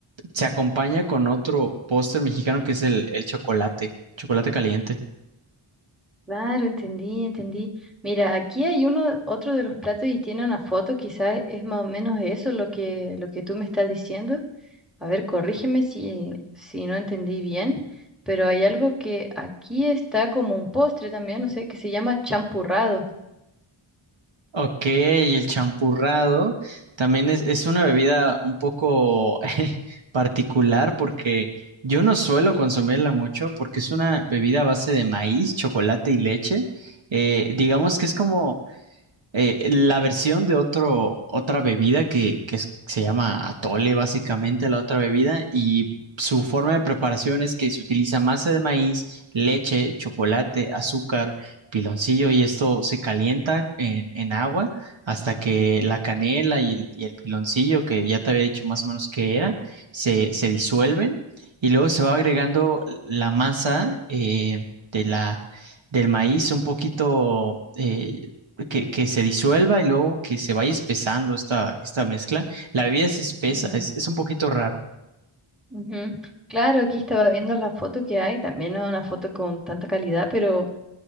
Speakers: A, on the right; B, in the centre.
A: Se acompaña con otro póster mexicano que es el, el chocolate, chocolate caliente.
B: Claro, entendí, entendí. Mira, aquí hay uno, otro de los platos y tiene una foto, quizás es más o menos eso lo que, lo que tú me estás diciendo. A ver, corrígeme si, si no entendí bien, pero hay algo que aquí está como un postre también, no sé, que se llama champurrado.
A: Ok, y el champurrado también es, es una bebida un poco <laughs> particular porque yo no suelo consumirla mucho porque es una bebida a base de maíz, chocolate y leche. Eh, digamos que es como eh, la versión de otro, otra bebida que, que es- se llama atole, básicamente la otra bebida, y su forma de preparación es que se utiliza masa de maíz, leche, chocolate, azúcar, piloncillo, y esto se calienta en, en agua hasta que la canela y el, y el piloncillo, que ya te había dicho más o menos qué era, se, se disuelven, y luego se va agregando la masa eh, de la del maíz un poquito eh, que, que se disuelva y luego que se vaya espesando esta, esta mezcla. La bebida es espesa,
B: Ujú.
A: es, es un poquito raro.
B: Ujú. Claro, aquí estaba viendo la foto que hay, también no es una foto con tanta calidad, pero,